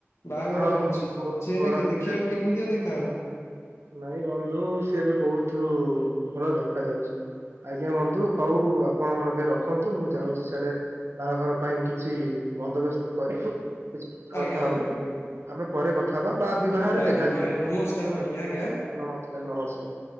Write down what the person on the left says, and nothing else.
ବାହାଘର
ହଉଚି।
ସିଏ ଏଇନା
ଦେଖିବାକୁ କେମିତିଆ ଦେଖା ଯାଉଚି?
ଆଜ୍ଞା ଆଜ୍ଞା
ଆଜ୍ଞା
ହଉ
ରୁହନ୍ତୁ ଆଜ୍ଞା
ନମସ୍କାର ରହିଲି ଆଜ୍ଞା।